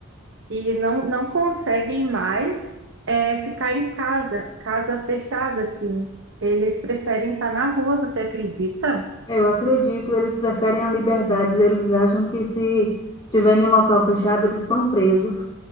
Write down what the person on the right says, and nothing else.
que não, não conseguem mais é, ficar em casa, casa fechada, assim. Eles preferem estar na rua, você acredita?